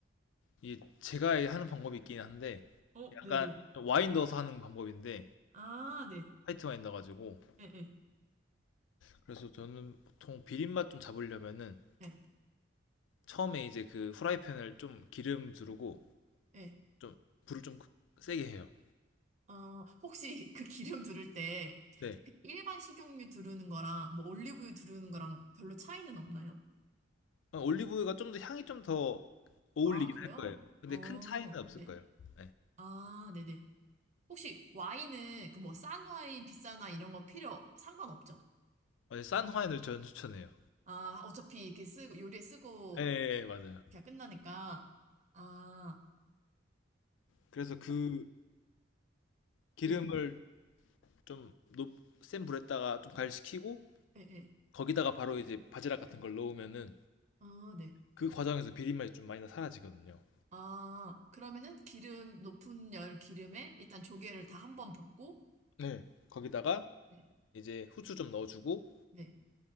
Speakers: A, on the left; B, on the right.
A: 이게 제가 하는 방법이 있긴 한데,
B: 어,
A: 약간
B: 네네.
A: 와인 넣어서 하는 방법인데,
B: 아, 네.
A: 화이트 와인 넣어가지고.
B: 예, 예,
A: 그래서 저는 보통 비린맛 좀 잡으려면은,
B: 예,
A: 처음에 이제 그 후라이팬을 좀 기름 두르고,
B: 예.
A: 좀, 불을 좀 세게 해요.
B: 어, 혹시 <laughs> 그 기름 두를 때
A: 네.
B: 그 일반 식용유 두르는 거랑 뭐 올리브유 두르는 거랑 별로 차이는 없나요?
A: 어, 올리브유가 좀 더 향이 좀 더 어울리긴
B: 아, 그래요?
A: 할 거예요. 근데
B: 어,
A: 큰 차이는 없을
B: 네.
A: 거예요. 네.
B: 아, 네네. 혹시 와인은 그 뭐 싼 와인, 비싼 와인 이런 거 필요 상관없죠?
A: 어, 싼 와인을 저는 추천해요.
B: 아, 어차피 이렇게 쓰고 요리에 쓰고
A: 예, 예, 예, 맞아요.
B: 그냥 끝나니까. 아,
A: 그래서 그
B: 혹
A: 기름을
B: 네.
A: 좀높센 불에다가 좀 가열시키고
B: 예, 예.
A: 거기다가 바로 이제 바지락 같은 걸 넣으면은
B: 아, 네.
A: 그 과정에서 비린 맛이 좀 많이 다 사라지거든요.
B: 아, 그러면은 기름 높은 열 기름에 일단 조개를 다 한번 볶고
A: 네. 거기다가
B: 끝. 네.
A: 이제 후추 좀 넣어주고
B: 네.